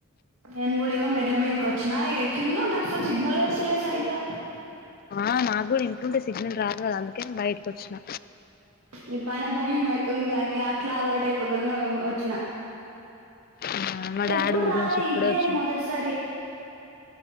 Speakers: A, on the right; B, on the left.
A: నేన్ గుడా ఇగో మెడ్ల మీదకొచ్చినా ఏ కిందుంటే అసల్ సిగ్నలే వస్తలే సరిగ్గా
B: ఆ నాగ్గూడ ఇంట్లుంటే సిగ్నల్ రాదు గదా అందుకే నేన్ బయటికొచ్చినా
A: ఈ పైన భయం అయితుంది గాని అట్లా అలవాటై పోతదనీ వచ్చినా
B: ఆ మా డాడీ
A: ఎప్పుడ్
B: ఊరి
A: రాలే
B: నుంచి ఇప్పుడే
A: ఇదే
B: వచ్చిండు
A: మొదట్ సరీ